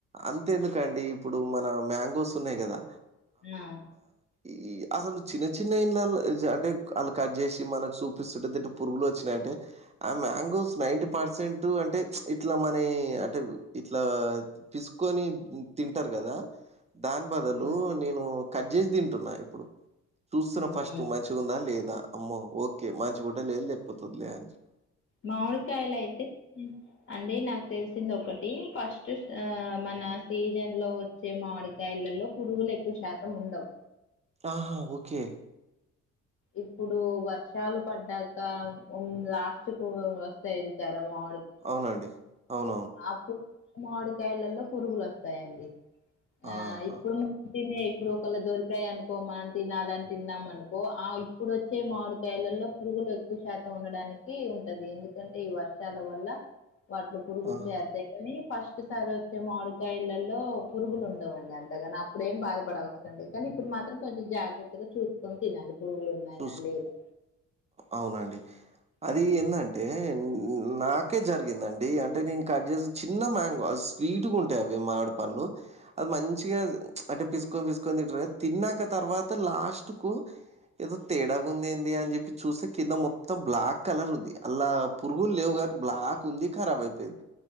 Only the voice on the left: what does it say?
ఆ
ఆ!
మ్మ్
మామిడికాయలు అయితే అండి నాకు తెలిసింది ఒకటి ఫస్ట్ ఆ మన సీజన్ లో వచ్చే మామిడికాయలలో పురుగులు ఎక్కువ శాతం ఉండవు
ఇప్పుడు వర్షాలు పడ్డాక లాస్ట్ కు వస్తాయి చూసారా మా
ఆప్పు మాడికాయలలో పురుగులు వస్తాయండి ఆ
ఇప్పుడు మంచినే ఇప్పుడు ఒకళ దొరికి తయ్ అనుకో మనం తినాలని తిన్నాం అనుకో ఇప్పుడు వచ్చే మామిడుకాయలలో పురుగులు ఎక్కువ శాతం ఉండడానికి ఉంటది ఎందుకంటే ఈ వర్షాల వల్ల వాటిలో పురుగులు
కాని ఫస్ట్ సారి వచ్చే మామిడికాయళ్లలో పురుగులు ఉండవండి అంతగాన అప్పుడేం బాధపడవస కానీ ఇప్పుడు మాత్రం కొంచెం జాగ్రత్తగా చూసుకొని తినాలి పురుగులు ఉన్నాయా
లేదా
ఉమ్